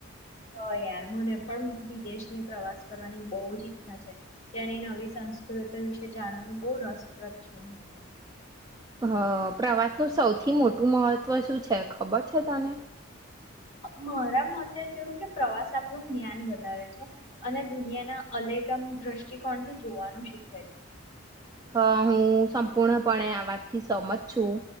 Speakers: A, on the left; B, on the right.
A: હ યાર મને પણ વિદેશની પ્રવાસ કરવાની બહુ જ ઈચ્છા છે, ત્યાંની નવી સંસ્કૃતિ વિશે જાણવાનું બહ રસપ્રદ છ હું તો.
B: હ પ્રવાસનું સૌથી મોટું મહત્ત્વ શું છે ખબર છે તને?
A: મારા મતે તેવું કે પ્રવાસ આપનું જ્ઞાન વધારે છે, અને દુનિયાના અલેગમ દ્રષ્ટિકોણથી જોવાનું શીખવે છે.
B: હા હું સંપૂર્ણપણે આ વાતથી સમજ છું,